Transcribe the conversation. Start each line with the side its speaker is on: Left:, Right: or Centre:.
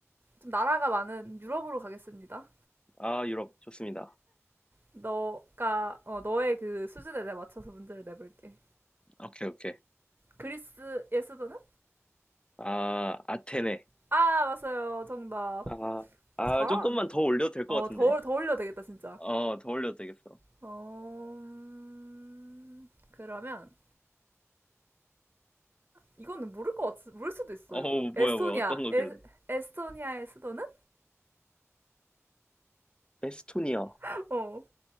Right: 좀 나라가 많은 유럽으로 가겠습니다.
Left: 아, 유럽, 좋습니다.
Right: 너가, 어, 너의 그 수준에 내 맞춰서 문제를 내볼게.
Left: 오케이, 오케이.
Right: 그리스의 수도는?
Left: 아, 아테네.
Right: 아, 맞아요. 정답.
Left: 아, 아,
Right: 어, 잘한.
Left: 조금만 더 올려도 될 것
Right: 어,
Left: 같은데?
Right: 더, 더 올려야 되겠다, 진짜.
Left: 어, 더 올려도 되겠어.
Right: 어, 음, 그러면 이거는 모를 것 같, 모를 수도 있어.
Left: 어,
Right: 이거.
Left: 뭐야,
Right: 에스토니아,
Left: 뭐야, 어떤 거길래?
Right: 에, 에스토니아의 수도는?
Left: 에스토니아.
Right: <laughs> 어,